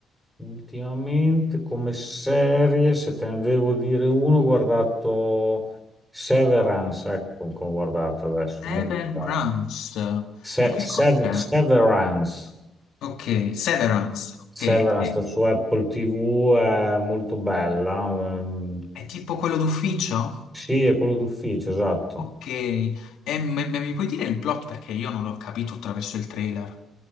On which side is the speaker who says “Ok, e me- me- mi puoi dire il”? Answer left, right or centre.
Left